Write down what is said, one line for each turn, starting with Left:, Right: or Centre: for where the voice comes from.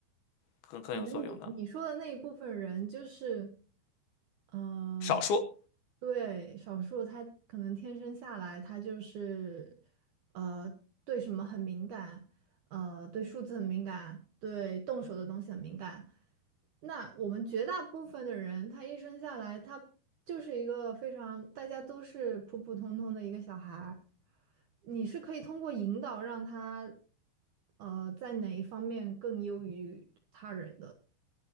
Left: 更更有作用呢？
Right: 我觉得你你说的那一部分人就是，呃，
Left: 少数，
Right: 对，少数他可能天生下来他就是，呃，对什么很敏感，呃，对数字很敏感，对动手的东西很敏感，那我们绝大部分的人，他一生下来，他就是一个非常，大家都是普普通通的一个小孩儿。你是可以通过引导让他，呃，在哪一方面更优于他人的，